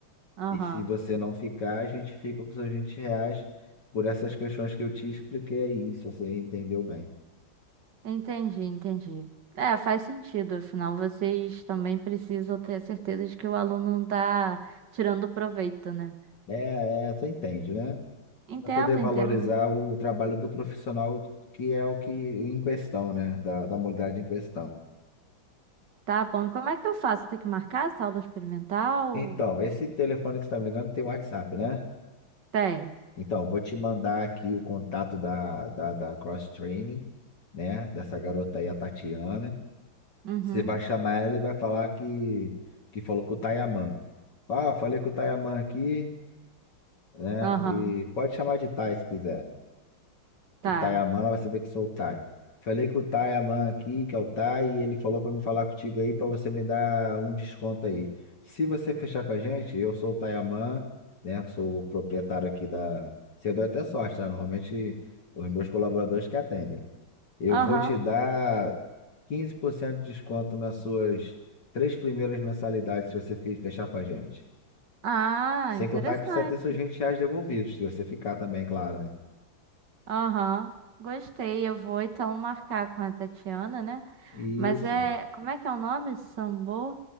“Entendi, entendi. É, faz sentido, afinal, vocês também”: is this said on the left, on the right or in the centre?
Right